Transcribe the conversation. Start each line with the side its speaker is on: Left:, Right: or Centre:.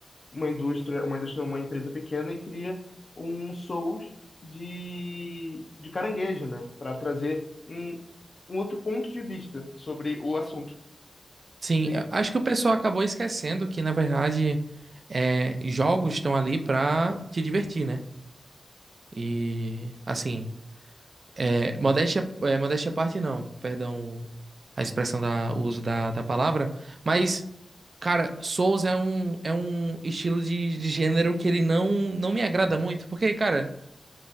Left: uma indústria, uma indústria, não, uma empresa pequena e cria um Souls de, de caranguejo, né? Para trazer um, um outro ponto de vista sobre o assunto.
Right: Sim,
Left: Tem,
Right: eu acho que o pessoal acabou esquecendo que, na verdade, é, jogos estão ali pra te divertir, né? E, assim, É, modéstia, é, modéstia à parte, não. Perdão o- a expressão da, o uso da, da palavra. Mas, cara, Souls é um, é um estilo de, de gênero que ele não, não me agrada muito. Porque, cara,